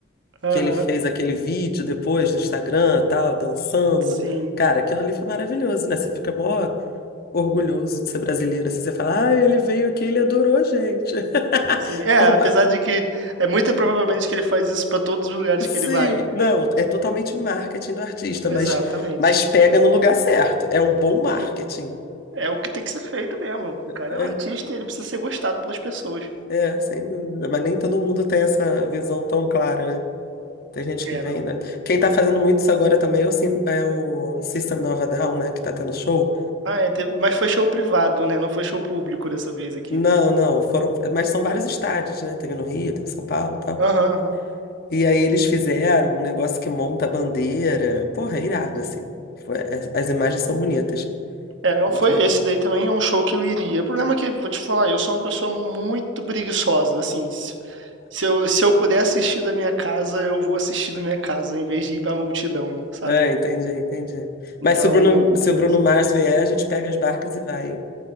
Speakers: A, on the right; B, on the left.
A: É,
B: que ele
A: aham.
B: fez aquele vídeo depois no Instagram e tal, dançando.
A: Sim,
B: Cara, aquilo ali foi maravilhoso, né? Você fica mó orgulhoso de ser brasileiro, assim, você fala, ah, ele veio aqui, ele adorou a gente. <laughs>
A: sim. É,
B: Por
A: apesar
B: mais...
A: de que é muito provavelmente que ele faz isso para todos os lugares
B: Sim,
A: que ele vai.
B: não, é totalmente marketing do artista,
A: Exatamente.
B: mas, mas pega no lugar certo. É um bom marketing.
A: É, é o que tem que ser feito mesmo. O cara
B: É,
A: é um artista e ele precisa ser gostado pelas pessoas.
B: é, sem dúvida. Mas nem todo mundo tem essa visão tão clara, né? Tem gente
A: É,
B: que vem,
A: não.
B: né? Quem tá fazendo muito isso agora também é o, Sim- é o System Nova Down, né? Que tá tendo show.
A: Ah, é, teve- mas foi show privado, né? Não foi show público dessa vez aqui.
B: Não, não, foram. Mas são vários estádios, né? Teve no Rio, teve em São Paulo e tal.
A: Aham, aham.
B: E aí eles fizeram um negócio que monta a bandeira. Porra, é irado, assim. Foi- as as imagens são bonitas.
A: É, eu-
B: Muito
A: foi
B: legal.
A: esse daí também é um show que eu iria. O problema é que, vou te falar, eu sou uma pessoa muito preguiçosa, assim, se, se eu, se eu puder assistir da minha casa, eu vou assistir da minha casa, em vez de ir pra multidão, sabe?
B: ah entendi, entendi.
A: Então,
B: Mas se o Bruno, se
A: tem
B: o Bruno
A: isso.
B: Mars vier, a gente pega as barcas e vai.